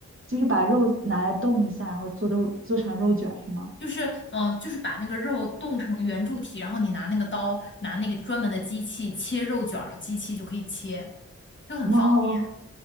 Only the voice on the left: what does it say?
就是嗯、呃就是把那个肉冻成圆柱体，然后你拿那个刀，拿那个专门的机器切肉卷儿的机器就可以切，就很方便。